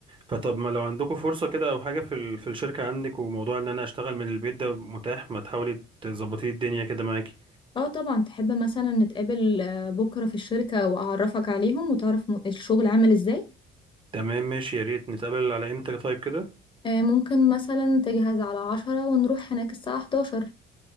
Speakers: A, on the right (about 30°); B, on the left (about 30°).
A: فطب ما لو عندكم فرصه كده او حاجه في ال- في الشركه عندك وموضوع ان انا اشتغل من البيت ده متاح ما تحاولي تظبطي الدنيا كده معاكي
B: اه طبعا تحب مثلا نتقابل آه، بكرة في الشركة وأعرفك عليهم وتعرف م- الشغل عامل ازاي
A: تمام ماشي يا ريت نتقابل على امتى طيب كده
B: آه، ممكن مثلا تجهز على عشرة ونروح هناك الساعة 11